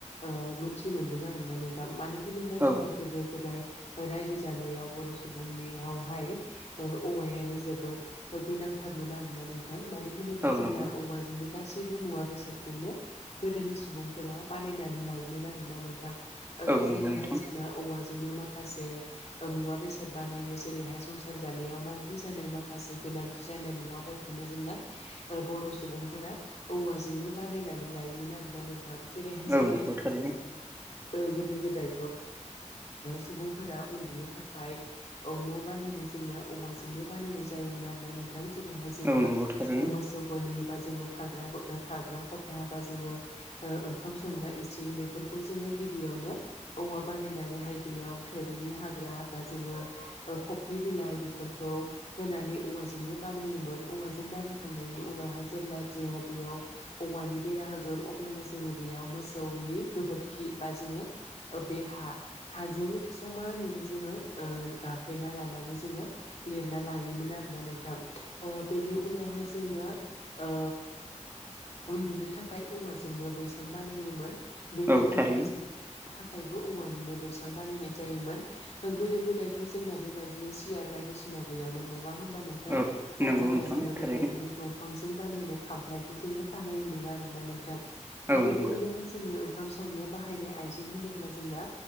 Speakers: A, on the left; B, on the right.
A: ओ मोनथि मोनदों आरोना नों थां मानो होनोब्ला
B: औ
A: जोंना गोदो गोदाय रायजो जानायाव बर' सुबुंनियावहाय ओ औवायानो जोबोद गोनांथारमोन आरोना नोंथां। मानो होनोब्ला
B: औ
A: जोंना
B: नंगौ
A: औवाजोंनो गासैबो मुवा बेसादखौनो गोदोनि सुबुंफोरा बानायनानै लायोमोन आरोना नोंथां। ओ
B: औ
A: जेरैहाय
B: नंगौ नोंथां
A: जोंना औवाजोंनो मा खासे मुवा बेसाद बानायो जेरैहाय संसार जानायाव नांगौ जानाय मा खासे गोनांथि जानाय मुवाफोरखौनो जोंना ओ बर' सुबुंफोरा औवाजोंनो बानायनानै लायोमोन आरोना नोंथां जेरैहाय
B: औ
A: जोंनो
B: नंगौ थारैनो
A: ओ गोदो गोदायथ' ओ सुबुंफोरा उन्दुनो थाखाय ओ न' बानायनो जोंना औवाजोंनो बानायनाय जायोमोन आरोना नोंथां जेरैहाय जोङो
B: औ नंगौ थारैनो
A: ओ मोसौ गलि बा जोङो थाग्रा ख- थाग्रा खथा बा जोङो ओ ओंखाम संग्रा इसिं बेफोरखौ जोङो गिबियावनो औवा बानायनानैहाय बेयाव थोरिनि हाग्रा बा जोङो ओ खफ्रि बिलाइ बेफोरखौ होननानै औवा जोंनो बा जायोमोन औवाजों बानायखांनायनि उनावहाय जेब्ला जोङो बेयाव औवानि बेरा होगोन अब्लाना जोङो बेयाव मोसौनि गोबोरखि बा जोङो ओ बे हा हाजों समानैनो जोङो ओ गाफ्लेना लानानै जोङो लिरना लायोमोन आरोना नोंथां। ओ बेनि उनावहाय जोङो ओ उन्दुनो थाखाय औवाजोंनो बैसां बानायोमोन बेनि
B: औ
A: उनावहाय
B: थारैनो
A: जों थाखायबो औवानिनो बैसां बानायनाय जायोमोन ओ गोदो गोदायथ' जोंना बेबायदिनो सियार बायदिसिना गैयामोन नङा होमबा नोंथां?
B: औ नंगौ
A: अब्लाना
B: नोंथां
A: जोङो बेबायदिनो
B: थारैनो
A: दं बिफां बानायनाय खामखौ जोङो बानायोमोन आरोना नोंथां। ओ
B: औ
A: बेबायदिनोहाय
B: नंगौ
A: नो ओंखाम संनो बाहायनाय आइजें होनोब्ला जोंना